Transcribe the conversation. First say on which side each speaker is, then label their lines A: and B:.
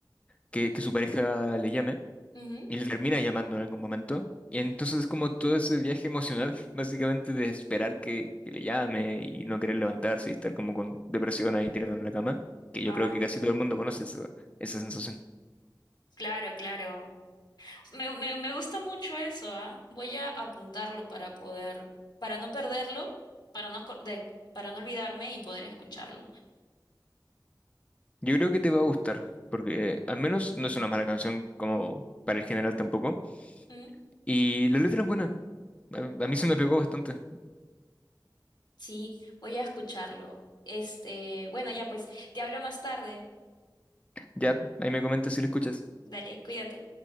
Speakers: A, on the left; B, on the left.
A: que, que su pareja le llame.
B: ujú.
A: Y le termina llamando en algún momento. Y entonces es como todo ese viaje emocional, <laughs> básicamente de esperar que, que le llame y no querer levantarse y estar como con depresión ahí tirado en la cama, que
B: Ah,
A: yo creo que casi todo el mundo conoce esa, esa sensación.
B: claro, claro. Me, me, me gusta mucho eso, ¿ah? Voy a apuntarlo para poder, para no perderlo, para no, co- de- para no olvidarme y poder escucharlo.
A: Yo creo que te va a gustar, porque eh, al menos no es una mala canción como para el general tampoco.
B: Mm,
A: Y la letra es buena, a, a mí se me pegó bastante.
B: Sí, voy a escucharlo. Este, bueno, ya pues, te hablo más tarde.
A: Ya, ahí me comentas si la escuchas.
B: Dale, cuídate.